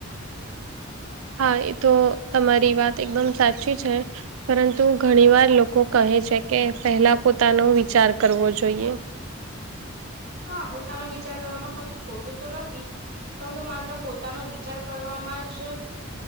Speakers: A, on the right; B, on the right.
A: હા એ તો તમારી વાત એકદમ સાચી છે પરંતુ ઘણી વાર લોકો કહે છે કે પહેલા પોતાનો વિચાર કરવો જોઈએ
B: હા પોતાનો વિચાર કરવામાં કશું ખોટું તો નથી પરંતુ માત્ર પોતાનો વિચાર કરવામાં જ